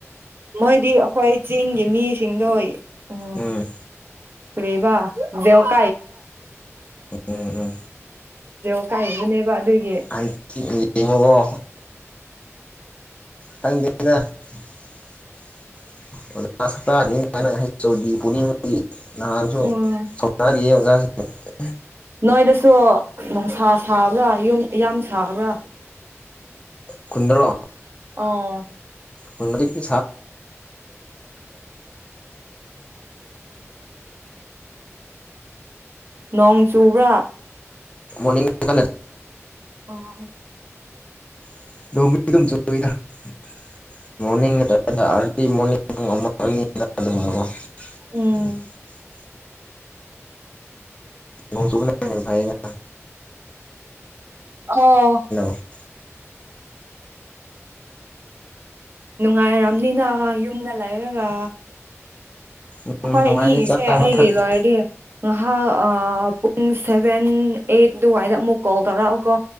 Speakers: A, on the right; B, on the left.
A: ꯃꯣꯏꯗꯤ ꯑꯩꯈꯣꯏ ꯆꯤꯡꯒꯤ ꯃꯤꯁꯤꯡꯗꯣ ꯎ
B: ꯎꯝ
A: ꯀꯔꯤꯕ ꯗꯦꯕ <unintelligible>
B: ꯎꯝ ꯎꯝ
A: <unintelligible> ꯀꯥꯏꯗꯩꯩꯅꯦꯕ ꯑꯗꯨꯏ
B: ꯍꯥꯏ ꯌꯦꯡꯉꯣꯀꯣ ꯈꯪꯗꯦꯗꯇꯥꯅꯤꯅ ꯍꯩ ꯄꯨꯃ ꯅꯁꯨꯣ
A: ꯎꯝ
B: ꯊꯔ ꯑꯣꯖ <unintelligible>
A: ꯅꯣꯏꯗꯁꯨ ꯅꯨꯡꯁꯥ ꯁꯥꯕ꯭ꯔꯥ ꯌꯨꯝ ꯌꯥꯝ ꯁꯥꯕ꯭ꯔꯥ
B: ꯀꯨꯟꯗ꯭ꯔ
A: ꯑꯣ
B: ꯍꯧꯖꯤꯛꯇꯦ
A: ꯅꯣꯡ ꯆꯨꯕ꯭ꯔꯥ
B: ꯃꯣꯔꯅꯤꯡꯀ
A: ꯑꯥ
B: ꯣꯡꯅꯤꯡ ꯑꯂꯤꯅꯤꯡ ꯎꯝ
A: ꯎꯝ
B: ꯣꯡꯁꯨꯅꯅꯦ ꯐꯥꯏꯅ
A: ꯑꯣ
B: <unintelligible>
A: ꯅꯨꯡꯉꯥꯏꯔꯝꯅꯤꯅ ꯌꯨꯝꯗ ꯂꯩꯔꯒ
B: ꯎꯝ
A: ꯍꯣꯏ
B: ꯅꯨꯡꯉꯥꯏꯔꯦ
A: ꯏꯅꯤꯁꯦ
B: ꯆꯥꯕ
A: ꯑꯩꯒꯤ
B: ꯊꯛꯄ
A: ꯂꯣꯏꯔꯗꯤ ꯉꯥꯍꯥꯛ ꯄꯨꯡ ꯁꯚꯦꯟ ꯑꯩꯠ ꯑꯗꯨꯋꯥꯏꯗ ꯑꯃꯨꯛ ꯀꯣꯜ ꯇꯧꯔꯛꯑꯣꯀꯣ